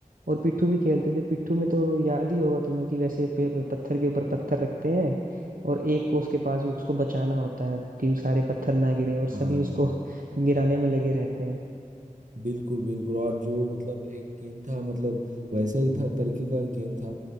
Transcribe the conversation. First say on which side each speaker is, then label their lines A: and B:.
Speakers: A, on the right; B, on the right.
A: और पिट्ठू भी खेलते थे पिट्ठू में तो याद ही होगा तुम्हें कि वैसे पे, पे- पत्थर के ऊपर पत्थर रखते हैं और एक को उसके पास उसको बचाना होता है कि सारे पत्थर ना गिरे और सभी
B: हाँ
A: उसको <laughs> गिराने में लगे रहते हैं
B: बिल्कुल बिल्कुल और जो मतलब एक गेम था मतलब वैसा ही था तरीके का एक गेम था